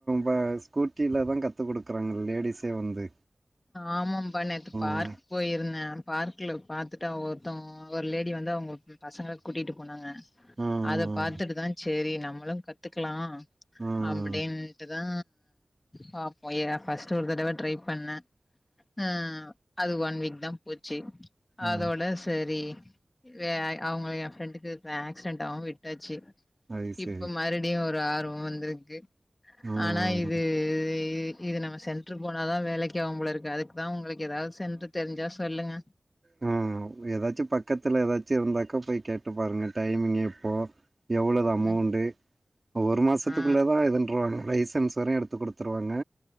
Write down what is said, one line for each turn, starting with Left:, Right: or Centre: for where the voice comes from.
Right: ப ஸ்கூ ட்டீல தா கத்துக் குடுக்குறாங்க லேடிஸே வந்து
Left: ஆமம்பா நேத்து
Right: ம்
Left: பார்க் போயிருந்தே பார்க்ல பாத்துட்டு அவ ஒருத்தவோ ஒரு லேடி வந்து அவுங்க பசங்கள கூட்டிட்டு போனாங்க
Right: ம்
Left: அத பாத்துட்டு தா சேரி நம்மளு கத்துக்கலா
Right: ம்
Left: அப்டின்ட்டுதா பாப்போ ஏ ஃபஸ்ட்டு ஒரு தடவ ட்ரை பண்ணே ஆ அது ஒன் வீக் தா போச்சி அதோட
Right: ம்
Left: சரி வே அவங்க ஏ ஃப்ரெண்டுக்கு ஆக்சிடென்ட் ஆகவு விட்டாச்சி
Right: அது சரி
Left: இப்ப மறு படியு ஒரு ஆர்வோ வந்துருக்கு
Right: ம்
Left: ஆனா இது இது நம்ம சென்ட்ர் போனாதா வேலைக்கி ஆகும்போல இருக்கு அதுக்குதா உங்களுக்கு ஏதாவது சென்ட்ர் தெரிஞ்சா சொல்லுங்க
Right: ஆ ஏதாச்சு பக்கத்துல ஏதாச்சு இருந்தாக்கா போய் கேட்டு பாருங்க டைமிங் எப்போ எவ்வளவு அமௌண்டு
Left: ம்
Right: ஒரு மாசத்துக்குள்ளதா
Left: ஆ
Right: இதுன்றாங்க லைசன்ஸ் வரையு எடுத்து குடுத்துருவாங்க